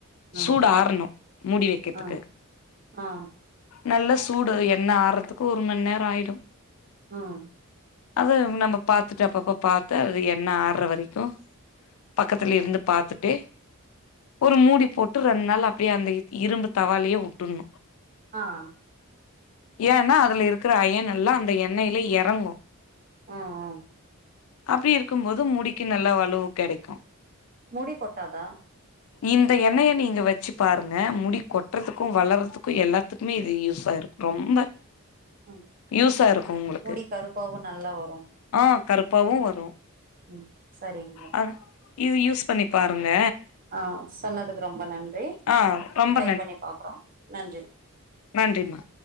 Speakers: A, on the right; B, on the left.
A: ஆ.
B: சூடு ஆறணு முடி வெக்கத்துக்கு
A: ஆ. ஆ.
B: நல்லா சூடு எண்ணெ ஆற்துக்கு ஒரு மண் நேரொ ஆய்டு
A: ம்
B: அது நம்ம பாத்துட்டு அப்பப்ப பாத்து அது என்ன ஆட்ற வரக்கு பக்கத்துல
A: ம்.
B: ருந்து பாத்துட்டெ ஒரு மூடி போட்டு ரெண்டு நாள் அப்டியே அந்த இரும்பு தவாலயே வுட்டுணு
A: ஆஅ
B: ஏன்னா அதுல இருக்குற அயன் எல்லா அந்த எண்ணெயில எறங்கு
A: அ அ
B: அப்டி இருக்கும்போது முடிக்கு நல்ல வலுவு கெடைக்கு
A: முடி கொட்டாதா
B: இந்த எண்ணெய நீங்க வச்சு பாருங்க முடி கொட்டுறதுக்கு வளர்றதுக்கு எல்லாத்துக்குமே இது யூஸ்ஸாருக் ரொம்ப
A: ம்.
B: யூஸாருக்கு உங்களுக்கு
A: முடி கருப்பாவும் நல்லா வரும்.
B: ஆ கருப்பாவு வரு
A: ம் சரிங்க
B: ஆ இது யூஸ் பண்ணி பாருங்க
A: ஆ சொன்னதுக்கு ரொம்ப நன்றி
B: ஆ ரொம்ப
A: ட்ரை பண்ணி பாக்குறோ நன்றி
B: நன்றிம்மா